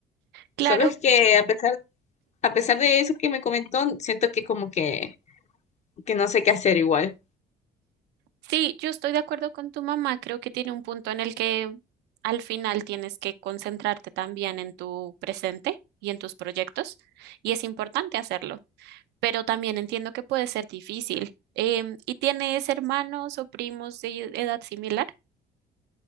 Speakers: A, on the right; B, on the left.
A: Claro.
B: Solo es que a pesar, a pesar de eso que me comentó, siento que como que, que no sé qué hacer igual.
A: Sí, yo estoy de acuerdo con tu mamá. Creo que tiene un punto en el que al final tienes que concentrarte también en tu presente y en tus proyectos, y es importante hacerlo, pero también entiendo que puede ser difícil. Em, ¿y tienes hermanos o primos de edad similar?